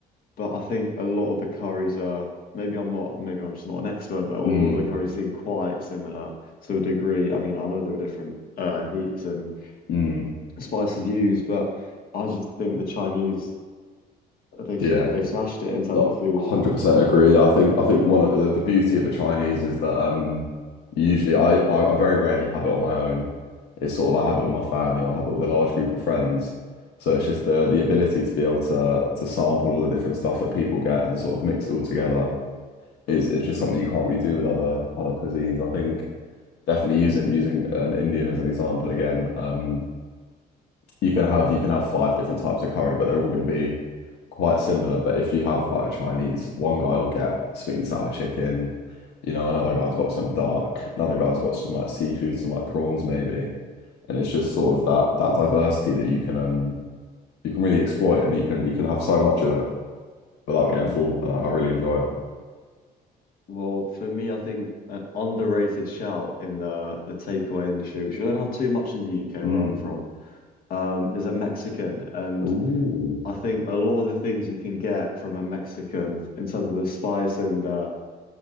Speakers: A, on the left (about 60°); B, on the left (about 75°).
A: but I think a lot of the curries are maybe I'm not maybe I'm just not an expert, but all,
B: mm,
A: all the curries seem quite similar to a degree. I mean, I know there are different uh, heats and
B: mm,
A: spices used, but I just think the Chinese they've
B: yeah.
A: they've smashed it in terms
B: No,
A: of food.
B: 100% agree. I think I think one of the, the beauty of a Chinese is that um usually I, I I very rarely have it on my own. It's sort of I have it with my family or I have it with a large group of friends. So it's just the the ability to be able to to sample all the different stuff that people get and sort of mix it all together is is just something you can't really do with other other cuisines. I think definitely using using an Indian as an example again, um, you can have you can have five different types of curry, but they're all going to be quite similar. But if you have like a Chinese, one guy will get sweet and sour chicken, you know, another guy's got some dark, another guy's got some like seafood, some like prawns maybe, and it's just sort of that that diversity that you can um you can really exploit and you can you can have so much of it without getting
A: Hmm.
B: full, and I, I really enjoy it.
A: Well, for me, I think an underrated shout in the the takeaway industry, which we don't have too much in the UK
B: Mm.
A: where I'm from, um, is a Mexican. And
B: Ooh.
A: I think a lot of the things you can get from a Mexican in terms of the spice and uh,